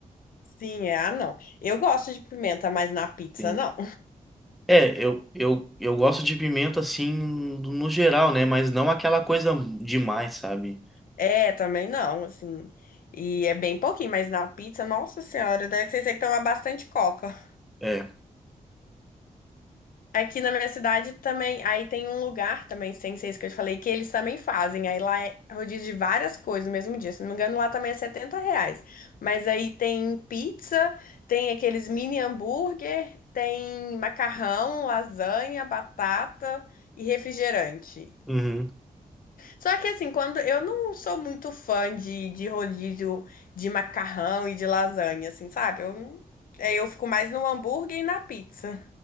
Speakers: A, on the left (about 80°); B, in the centre.
A: Sim, é. Ah, não. Eu gosto de pimenta, mas na pizza
B: Sim.
A: não.
B: É, eu, eu, eu gosto de pimenta assim, no geral, né? Mas não aquela coisa demais, sabe?
A: É, também não, assim. E é bem pouquinho, mas na pizza, nossa senhora, deve ser que toma bastante coca.
B: É.
A: Aqui na minha cidade também, aí tem um lugar também, sem ser isso que eu te falei, que eles também fazem. Aí lá é rodízio de várias coisas no mesmo dia. Se não me engano, lá também é 70 reais. Mas aí tem pizza, tem aqueles mini hambúrguer, tem macarrão, lasanha, batata e refrigerante.
B: Uhum.
A: Só que assim, quando eu não sou muito fã de, de rodízio de macarrão e de lasanha, assim, sabe? Eu, não- é, eu fico mais no hambúrguer e na pizza.